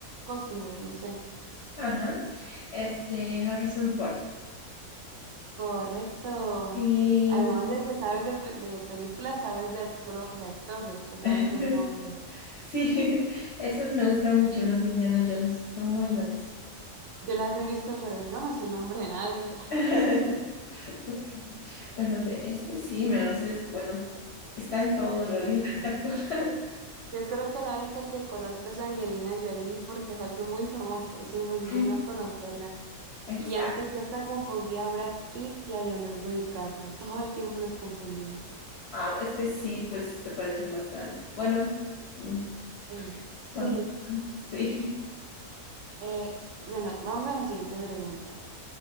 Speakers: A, on the right; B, on the left.
A: Costner, no sé.
B: Ajá. Este, Harrison Ford.
A: Correcto.
B: Y
A: Además de que sabes de, pe- de películas, sabes de, actro- de actores, te sabes
B: <laughs>
A: los nombres.
B: sí, esas me gustan mucho, las de Indiana Jones. Son muy buenas.
A: Yo las he visto, pero yo no me sé el nombre de nadie.
B: <laughs> Ok. Bueno, de este sí me lo sé. Bueno, está en todo en realidad
A: Mm.
B: este actor. <laughs>
A: Yo creo que la única que conozco es Angelina Jolie porque es alguien muy famoso. Es imposible
B: Mm,
A: no conocerla.
B: Exacto.
A: Y antes yo hasta confundía a Brad Pitt y a Leonardo DiCaprio. Todo el tiempo los confundía.
B: Ah, es que sí, pues se parecen bastante. Bueno, mm,
A: Eh,
B: son,
A: sí,
B: <laughs> sí.
A: eh, bueno, vamos a la siguiente pregunta.